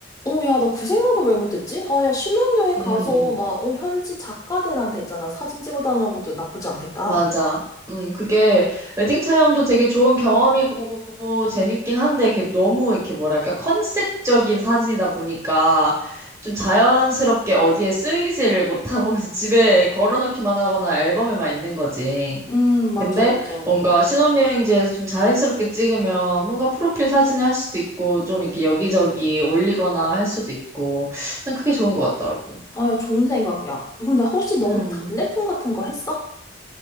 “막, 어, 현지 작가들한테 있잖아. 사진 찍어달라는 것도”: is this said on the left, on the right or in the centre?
Left